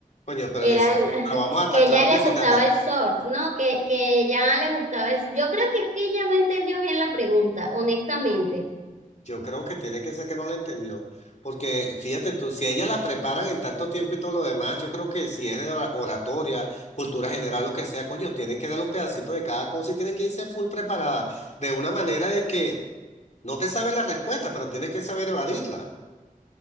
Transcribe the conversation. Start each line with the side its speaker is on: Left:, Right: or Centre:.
Left: Coño, pero
Right: Era
Left: exacto.
Right: el- <laughs>
Left: Pero vamos a estar
Right: que ella
Left: claro
Right: le
Left: que si
Right: gustaba
Left: te
Right: el surf, ¿no? Que, que ella le gustaba el... Yo creo que es que ella no entendió bien la pregunta, honestamente.
Left: Yo creo que tiene que ser que no la entendió. Porque fíjate tú, si ella la preparan en tanto tiempo y todo lo demás, yo creo que si es de ora- oratoria, cultura general, lo que sea, coño, tienen que darle un pedacito de cada cosa y tienen que irse full preparada. De una manera de que no te sabes la respuesta, pero tienes que saber evadirla.